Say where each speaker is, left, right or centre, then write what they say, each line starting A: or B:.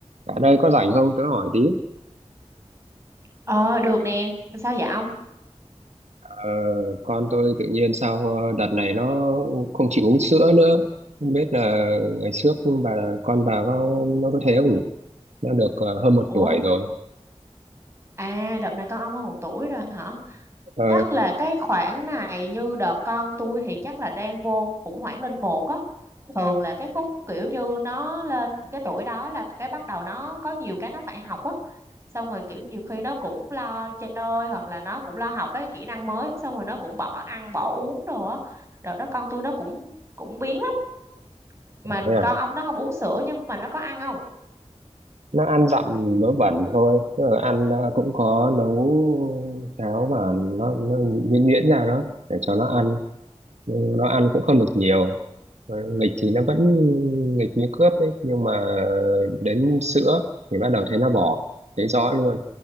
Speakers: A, on the right (about 70°); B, on the right (about 25°).
A: Bạn ơi có rảnh không? Tớ hỏi tí.
B: Ờ được nè, sao vậy ông?
A: Ờ, con tôi tự nhiên sau ờ, đợt này nó không chịu uống sữa nữa. Không biết là ngày trước bà con bà có nó có thế không nhỉ? Nó được ờ, hơn một
B: Ủa,
A: tuổi rồi.
B: à đợt này con ông hơn một tuổi rồi hả?
A: Ờ,
B: Chắc là cái khoảng này như đợt con tôi thì chắc là đang vô khủng hoảng lên một á. Thường là cái khúc kiểu như nó lên cái tuổi đó là cái bắt đầu nó có nhiều cái nó phải học á. Xong rồi kiểu nhiều khi nó cũng lo chơi hoặc là nó cũng lo học với kỹ năng mới xong rồi nó cũng bỏ ăn bỏ uống đồ á. Đợt đó con tôi nó cũng cũng biến lắm. Mà
A: thế à?
B: con ông nó không uống sữa nhưng mà nó có ăn không?
A: Nó ăn dặm mớ bẩn thôi. Tức là ăn ờ, cũng có nấu cháo và nó, nó nhuyễn nhuyễn ra đó để cho nó ăn nhưng nó ăn cũng không được nhiều Mà nghịch thì nó vẫn nghịch như cướp ấy nhưng mà đến sữa thì bắt đầu thấy nó bỏ thấy rõ luôn